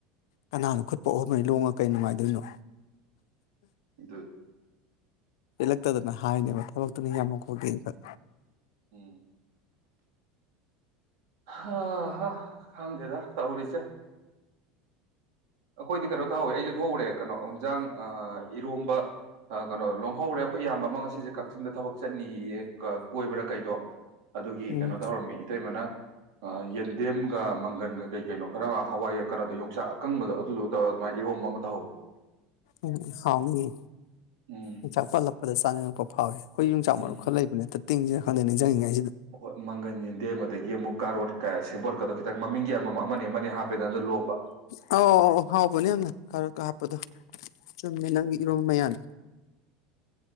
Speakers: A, on the left (about 80°); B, on the right (about 75°).
A: ꯀꯅꯥꯅꯣ ꯈꯨꯠꯄꯣꯛꯑꯝꯃꯦ ꯂꯣꯡꯉꯥ ꯀꯩ ꯅꯨꯡꯉꯥꯏꯗꯣꯏꯅꯣ
B: ꯗꯨꯠ
A: ꯄꯦꯜꯂꯛꯇꯥꯗꯅ ꯍꯥꯏꯅꯦꯕ ꯊꯕꯛꯇꯨꯅ ꯌꯥꯝꯃꯛꯈꯣꯗꯦꯅꯥ
B: ꯎꯝ ꯍꯥ ꯍꯥ ꯈꯪꯡꯗꯦꯗꯥ ꯇꯧꯔꯤꯁꯦ ꯑꯩꯈꯣꯏꯗꯤ ꯀꯔꯣꯠ ꯇꯧꯍꯧꯋꯦ ꯑꯩꯁꯨ ꯊꯣꯛꯍꯎꯔꯦ ꯀꯩꯅꯣ ꯑꯦꯟꯖꯥꯡ ꯏꯔꯣꯝꯕ ꯀꯩꯅꯣ ꯂꯣꯝꯍꯧꯔꯦ ꯑꯩꯈꯣꯏ ꯏꯌꯥꯝꯕ ꯑꯃ ꯉꯁꯤꯁꯦ ꯀꯛꯆꯤꯡꯗ ꯊꯕꯛ ꯆꯠꯅꯤꯌꯦ ꯀꯣꯏꯕ꯭ꯔꯥ ꯀꯩꯅꯣ ꯑꯗꯨꯒꯤ
A: ꯎꯝ
B: ꯀꯩꯅꯣ ꯇꯧꯔꯝꯃꯦꯌꯦ ꯏꯇꯩꯃꯅ ꯌꯦꯟꯗꯦꯝꯒꯥ ꯃꯪꯒꯟꯒ ꯀꯩ ꯀꯩꯅꯣ ꯈꯔ ꯍꯋꯥꯏ ꯀꯩꯅꯣꯗꯣ ꯌꯣꯡꯆꯥꯛ ꯀꯪꯕꯗ ꯑꯛ ꯑ꯭ꯗꯨꯗꯨꯒꯥ ꯊꯧꯔꯒꯥ ꯑꯗꯨꯃꯥꯢꯅ ꯢꯔꯣꯝꯕ ꯑꯃꯥ ꯇꯧꯍꯧꯎꯋꯦ
A: ꯎꯝ ꯍꯥꯎꯅꯤꯌꯦ
B: ꯎꯝ
A: ꯌꯣꯡꯆꯥꯛ ꯄꯜꯂꯛꯄꯗꯁꯦ ꯆꯥꯅꯤꯡꯉꯛꯄꯥ ꯐꯥꯎꯋꯦ ꯑꯩꯈꯣꯏ ꯌꯣꯡꯆꯥꯛ
B: ꯎꯝ
A: ꯃꯔꯨ ꯈꯔꯥ ꯂꯩꯕꯅꯦ ꯑꯝꯇꯥ ꯇꯤꯡꯖꯤꯔꯥ ꯈꯪꯗꯦ ꯅꯤꯡꯖꯥꯪꯉꯤꯉꯥꯏ
B: ꯍꯣꯏ ꯃꯪꯒꯟ ꯌꯦꯟꯗꯦꯝ ꯑꯗꯒꯤ ꯑꯃꯨꯛ ꯀꯥꯔꯣꯠ ꯀꯥ ꯁꯦꯕꯣꯠꯀꯥꯗꯣ ꯈꯥꯇꯪ ꯃꯃꯤꯡꯒꯤ ꯑꯃꯥꯃꯝ ꯑꯃꯅꯤ ꯑꯃꯅꯤ ꯍꯥꯞꯄꯦꯗꯅꯥ ꯑꯗꯨꯒꯥ ꯂꯣꯟꯝꯕ
A: ꯑꯧ ꯑꯧ ꯑꯧ ꯍꯥꯎꯕꯅꯦ ꯌꯥꯝꯅ ꯀꯥꯔꯣꯠꯀ ꯍꯥꯞꯄꯗꯣ ꯆꯨꯝꯃꯦ ꯅꯪꯒꯤ ꯏꯔꯣꯝꯕ ꯃꯌꯥꯟ